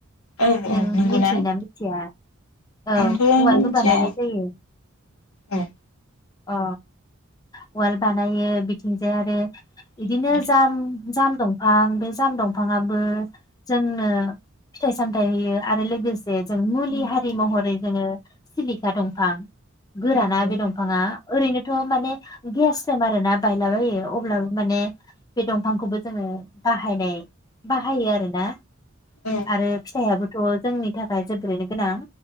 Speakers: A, on the left; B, on the left.
A: औ
B: नों
A: औ नंगौना
B: मिथियोना मिथिया औ औवायाबो
A: आंथ' मिथिया
B: बानायनाय जायो।
A: औ
B: ओ उवाल बानायो बिथिंजाय आरो बिदिनो
A: औ
B: जाम जाम दंफां बे जाम दंफांङाबो जोंनो फिथाइ सामथाइ होयो आरो लोगोसे जों मुलि
A: उम
B: हारि महरै जोङो सिलिखा
A: औ
B: दंफां गोराना
A: औ औ
B: बे दंफाङा ओरैनोथ' माने गेस मार आरो ना बायलाबायो अब्लाबो माने बे दंफांखौबो जोङो बाहायनाय बाहायो आरो ना
A: औ
B: आरो फिथाइयाबो थ' जोंनि थाखाय जोबोरैनो गोनां